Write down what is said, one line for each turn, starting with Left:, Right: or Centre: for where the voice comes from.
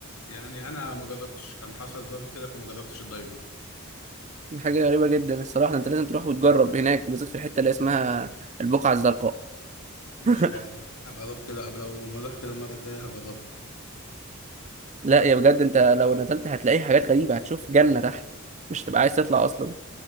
Left: يعني انا ما جربتش كان حصل ظرف كده فما جربتش الدايفنج
Right: دي حاجة غريبة جدا الصراحة انت لازم تروح وتجرب هناك وبالذات في الحتة اللي اسمها البقعة الزرقاء
Left: مش
Right: <laughs>
Left: عارف ابقى اروح كده ابقى لو ما اروح كده المره الجايه هجربها
Right: لا يا بجد انت لو نزلت هتلاقي حاجات غريبة هتشوف جنة تحت مش تبقى عايز تطلع اصلا